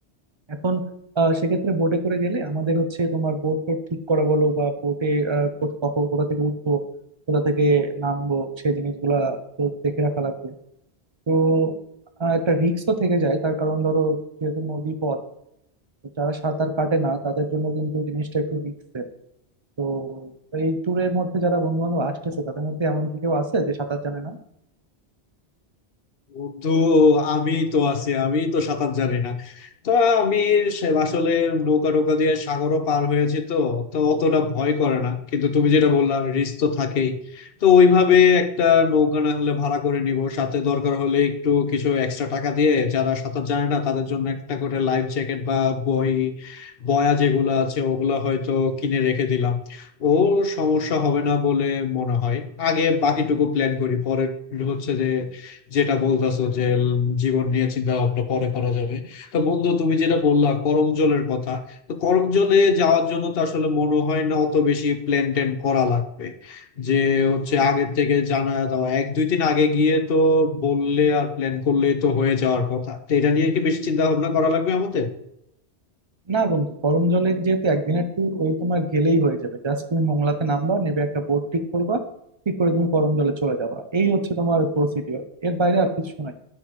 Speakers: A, on the right; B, on the left.
A: এখন আহ, সেক্ষেত্রে বোটে করে গেলে আমাদের হচ্ছে তোমার বোট টোট ঠিক করা বলো বা বোটে কোথা কখন কোথা থেকে উঠবো কোথা থেকে নামবো সেই জিনিসগুলা তো দেখে রাখা লাগবে তো আহ, একটা রিস্কও থেকে যায় তার কারণ ধরো যেহেতু নদী পথ যারা সাঁতার কাটে না তাদের জন্য কিন্তু জিনিসটা একটু রিস্ক তো এই ট্যুরের মধ্যে যারা বন্ধু বান্ধব আসতেছে তাদের মধ্যে এমন কি কেউ আছে যে সাঁতার জানে না
B: বন্ধু আমি তো আছি আমি তো সাঁতার জানি না তো আমি সে আসলে নৌকা নৌকা দিয়ে সাগরও পার হয়েছি তো তো অতটা ভয় করে না কিন্তু তুমি যেটা বললাম রিস্ক তো থাকেই তো ওইভাবে একটা নৌকা না হলে ভাড়া করে নিব সাথে দরকার হলে একটু কিছু এক্সট্রা টাকা দিয়ে যারা সাঁতার জানে না তাদের জন্য একটা করে লাইফ জ্যাকেট বা বই বয়া যেগুলো আছে ওগুলো হয়তো কিনে রেখে দিলাম ও সমস্যা হবে না বলে মনে হয় আগে বাকিটুকু প্ল্যান করি পরে হচ্ছে যে যেটা বলতেছো যে জীবন নিয়ে চিন্তা ভাবনা পরে করা যাবে তো বন্ধু তুমি যেটা বললা করমজলের কথা তো করমজলে যাওয়ার জন্য তো আসলে মনে হয় না অত বেশি প্ল্যান ট্যান করা লাগবে যে হচ্ছে আগের থেকে জানা দেওয়া এক দুই দিন আগে গিয়ে তো বললে আর প্ল্যান করলে তো হয়ে যাওয়ার কথা তো এটা নিয়ে কি বেশি চিন্তা ভাবনা করা লাগবে আমাদের
A: না বন্ধু গরম জলে যেহেতু একদিনের ট্যুর ওই তোমার গেলেই হয়ে যাবে জাস্ট তুমি মোংলাতে নামবা নেবে একটা বোট ঠিক করবা ঠিক করে তুমি গরম জলে চলে যাবা এই হচ্ছে তোমার প্রসিডিওর এর বাইরে আর কিছু নাই